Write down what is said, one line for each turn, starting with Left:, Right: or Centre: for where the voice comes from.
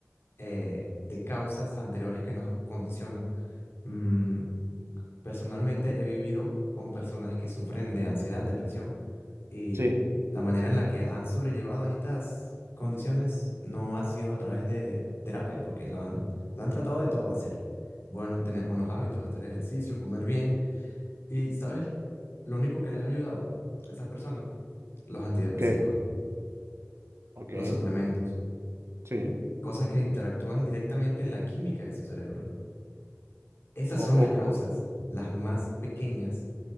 Left: eh, de causas anteriores que nos condicionan. Mm, personalmente he vivido con personas que sufren de ansiedad, depresión, y
Right: Sí,
Left: la manera en la que han sobrellevado estas condiciones no ha sido a través de terapia, porque lo han, lo han tratado de todo, hacer bueno, tener buenos hábitos, hacer ejercicio, comer bien y, ¿sabes? Lo único que les ha ayudado a estas personas, los antidepresivos,
Right: ¿qué? Ok,
Left: los suplementos,
Right: sí,
Left: cosas que interactúan directamente en la química de su cerebro. Esas
Right: o,
Left: son
Right: o,
Left: las causas,
Right: o-
Left: las más pequeñas,